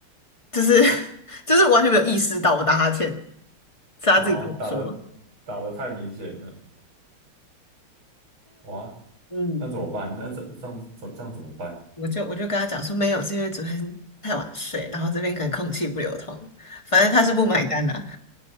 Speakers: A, on the left; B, on the right.
A: 就是 <laughs> 就是完全没有意识到我打哈欠，是他自己跟我说。
B: 哦，打的打的太明显了。哇，
A: 嗯。
B: 那怎么办？那这这样怎这样怎么办？
A: 我就我就跟他讲说没有，
B: <laughs>
A: 是因为昨天太晚睡，然后这边可能空气不流通，反正他是不买单的